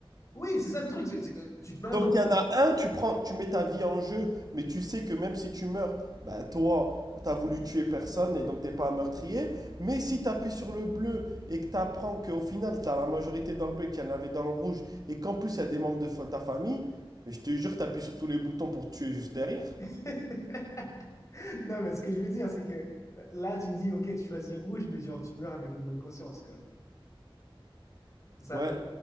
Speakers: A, on the left; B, on the right.
A: Oui, c'est ça le truc. c'est- c'est- euh, tu te mets
B: Donc
A: en danger.
B: il y en a un, tu prends, tu mets ta vie en jeu, mais tu sais que même si tu meurs, bah toi, t'as voulu tuer personne et donc t'es pas un meurtrier. Mais si t'appuies sur le bleu et que t'apprends qu'au final, t'as la majorité dans le bleu et qu'il y en avait dans le rouge, et qu'en plus il y a des membres de fa- ta famille, mais je te jure, t'appuies sur tous les boutons pour te tuer juste derrière.
A: <laughs> Non, mais ce que je veux dire, c'est que là, tu me dis, ok, tu choisis rouge, mais genre, tu meurs avec une bonne conscience, quoi. C'est un
B: Ouais,
A: peu...